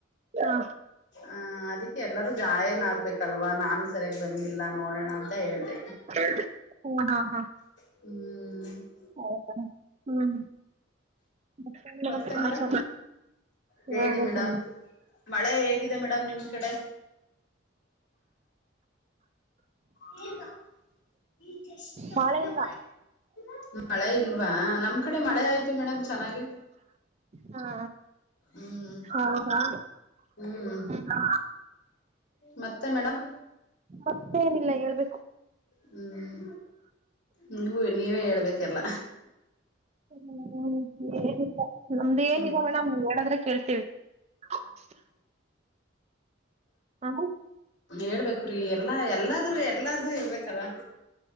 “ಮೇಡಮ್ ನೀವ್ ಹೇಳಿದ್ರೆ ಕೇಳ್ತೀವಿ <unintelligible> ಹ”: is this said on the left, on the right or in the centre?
Right